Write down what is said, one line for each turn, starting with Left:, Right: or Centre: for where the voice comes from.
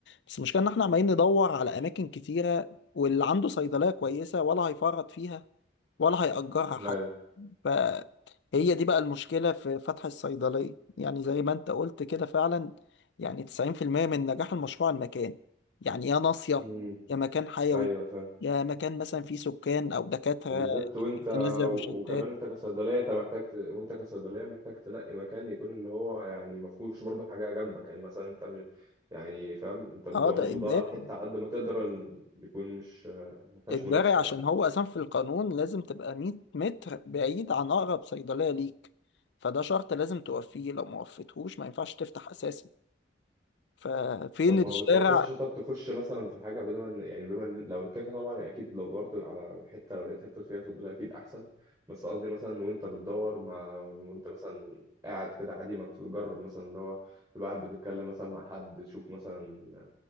Left: بس المشكله ان احنا عمالين ندور على اماكن كتيره واللي عنده صيدليه كويسه ولا هيفرط فيها ولا هيأجرها
Right: ايوه
Left: حتى فهي دي بقى المشكلة في فتح الصيدلية يعني زي ما انت قلت كده فعلا يعني 90% من نجاح المشروع المكان يعني يا ناصية
Right: امم
Left: يا مكان حيوي
Right: ايوه فاهم
Left: يا مكان مثلا فيه سكان أو دكاترة
Right: وبالذات وانت
Left: كتير تنزل
Right: و-
Left: روشتات
Right: وكمان انت كصيدليه انت محتاج ت... وانت كصيدليه محتاج تنقي مكان يكون اللي هو يعني ما فيهوش برضه حاجه جنبك يعني مثلا انت م... يعني فاهم انت بتدور
Left: اه
Right: برضه
Left: ده
Right: بتدور
Left: إجباري
Right: على حته على قد ما تقدر ان يكون مش ما فيهاش
Left: إجباري
Right: منافسه
Left: عشان
Right: يعني
Left: هو أساسا في القانون لازم تبقى 100 متر بعيد عن أقرب صيدلية ليك فده شرط لازم توفيه لو ما وفيتهوش ما ينفعش تفتح أساسا ففين
Right: طب ما
Left: الشارع
Right: بتفكرش طب تخش مثلا في حاجة بدل ما يعني بما إن- لو كده كده طبعا أكيد لو دورت على حتة لو لقيت حتة فيها صيدلية أكيد أحسن بس قصدي مثلا وأنت بتدور مع وأنت مثلا قاعد كده عادي ما تجرب مثلا اللي هو تبقى قاعد بتتكلم مثلا مع حد تشوف مثلا